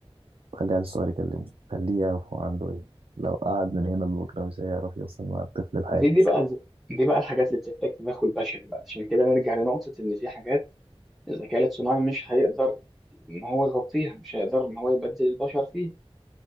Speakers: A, on the right (about 70°); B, in the centre.
A: خلي العيل الصغير يكلمه خليه يعرف هو عنده ايه لو قعد من هنا لبكره مش هيعرف يوصل مع الطفل لحاجه
B: دي دي بقى دي بقى الحاجات اللي بتحتاج تدخل بشري بقى عشان كده نرجع لنقطة إن في حاجات الذكاء الاصطناعي مش هيقدر إن هو يغطيها مش هيقدر إن هو يبدل البشر فيها